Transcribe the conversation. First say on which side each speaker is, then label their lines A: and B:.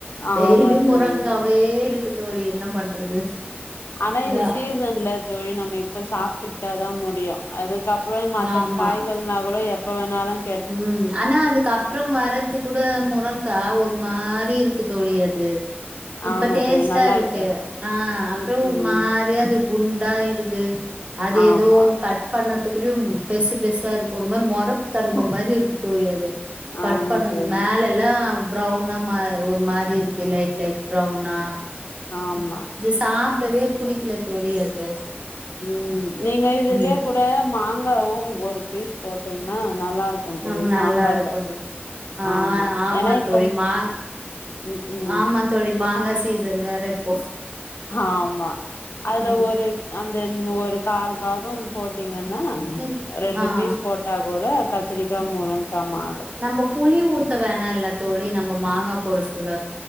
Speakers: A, on the left; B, on the right.
A: ஆமா
B: டெய்லியும்
A: தோழி
B: முறங்காவே இருக்கு தோழி என்ன பண்றது
A: ஆனா
B: என்ன
A: இது சீசன்ல தோழி நம்ம இப்ப சாப்டுகிட்டாதான் முடியும் அதுக்கப்பறம் மத்த
B: ஆமா
A: காய்கள்னா கூட எப்ப வேணாலும்
B: ம் ஆனா அதுக்கு அப்பறம் வரறது குட முறங்கா ஒரு மாறி இருக்கு தோழி அது இப்ப
A: ஆமா
B: டேஸ்டா
A: தோழி நல்லா
B: இருக்கு
A: இருக்காது
B: ஆஹ் அப்பறம்
A: ம்
B: ஒரு
A: ம்
B: மாறியாது குண்டாயிடுது அது
A: ஆமா
B: ஏதோ கட் பண்த்துக்குள்யூம் பெர்சு பெர்சா இருக்கு ஒரு மாரி மெறப்பு தன்மை மாரி இருக்கு தோழி அது கட்
A: ஆமா
B: பண்ணதுகு
A: தோழி
B: மேல எல்லா புரௌவுனா மா ஒரு மாரி இருக்கு லைட் லைட் புரௌனா
A: ஆம்மா
B: சாப்படவே புடிக்கல தோழி அது
A: ம் நீங்க இதுலயே
B: ம்
A: கூட மாங்காவூ ஒரு பீஸ் போட்டீங்கன்னா நல்லா இருக் கொஞ்சொவெ
B: ஆமா நல்லா
A: சாம்பார்ல
B: இருக்கு அது ஆ
A: ஆமா ஏன்னா இப்போ
B: தோழி மா
A: ம் ம்
B: ஆமா தோழி மாங்கா சீசன் வேற இப்போ
A: ஆம்மா அதுல
B: ஆ
A: ஒரு அந்தன் ஒரு கால் பாகோ போட்டீங்கன்னா
B: நீ
A: ரெண்டு
B: ஆ ஆ
A: பீஸ் போட்டா கூட கத்திரிக்கா முருங்கா மா
B: நம்ம புளி ஊத்த வேணா இல்ல தோழி நம்ம மாங்கா போட சொல்ல